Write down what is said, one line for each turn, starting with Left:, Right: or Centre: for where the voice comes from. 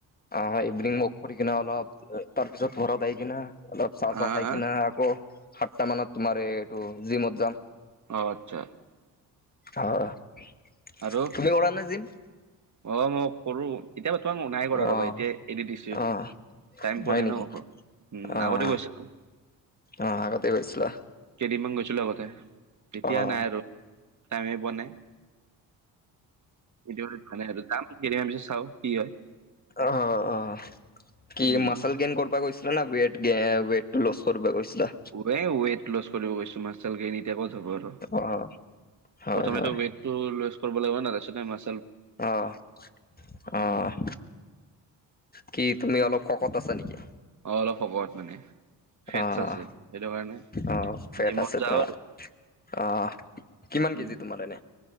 Left: অ' ইভিনিং ৱক কৰি কিনে অলপ তাৰ পিছত ঘৰত আহ' কিনে অলপ চাহ
Right: হা
Left: চাহ খাই
Right: হা
Left: কিনে আকৌ' সাতটা মানত তোমাৰ এ এইটো জিমত যাম।
Right: অ' আচ্ছা।
Left: অ'
Right: আৰু
Left: তুমি কৰা নে জিম?
Right: অ' মই কৰোঁ। এতিয়া বৰ্তমান মই নাই কৰা
Left: অ',
Right: ৰবা এতিয়া এৰি দিছোঁ।
Left: অ',
Right: টাইম
Left: হয়
Right: পোৱা নাই
Left: নেকি?
Right: ন, অ উম'
Left: অ',
Right: আগতে গৈছিলোঁ।
Left: অ' আগতে গৈছিলা।
Right: কেইদিনমান গৈছিলোঁ আগতে। এতিয়া
Left: অ'।
Right: নাই আৰু টাইমে পোৱা নাই। এতিয়া সময় নাই, যাম কেইদিনমান পিছত চাও কি হয়!
Left: অ' অ'। কি
Right: উম
Left: মাচেল গেইন কৰিব গৈছিলে না ৱেট? গে ৱেট টো লছ কৰিব গৈছিলা।
Right: ৱে ৱেইট লছ কৰিব গৈছো। মাছল গেইন এতিয়া ক'ত হব আৰু,
Left: অ হয়
Right: প্ৰথমেটো
Left: হয়
Right: ৱেইট- টো লছ কৰিব লাগিব না, তাৰ পিছত হে মা
Left: আহ'
Right: উম
Left: আহ'। কি তুমি অলপ শকত আছা নেকি?
Right: অ' অলপ শকত মানে। ফেটছ
Left: আহ'
Right: আছে সেইটো কাৰণে
Left: আহ' ফেট
Right: জিমত
Left: আছে
Right: যাওঁ
Left: তোমাৰ।
Right: আৰু
Left: আহ' কিমান
Right: উম
Left: কেজি তোমাৰ এনে?